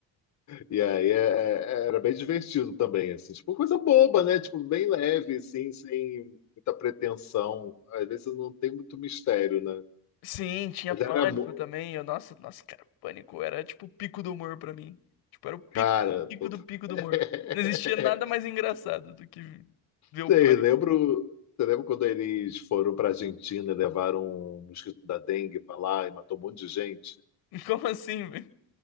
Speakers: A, on the left; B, on the left.
A: E aí é- é- era bem divertido também, assim, tipo, coisa boba, né? Tipo, bem leve, assim, sem muita pretensão. Às vezes não tem muito mistério, né?
B: Sim, tinha
A: Mas
B: pânico
A: era, mu-
B: também. Eu, nossa, nossa, cara, pânico era tipo o pico do humor pra mim. Tipo, era o pico,
A: cara,
B: pico
A: total.
B: do pico
A: <laughs>
B: do humor. Não existia nada mais engraçado do que ver o
A: Vocês
B: pânico.
A: lembram, você lembra quando eles foram pra Argentina e levaram um mosquito da dengue pra lá e matou um monte de gente?
B: <laughs> Como assim, velho?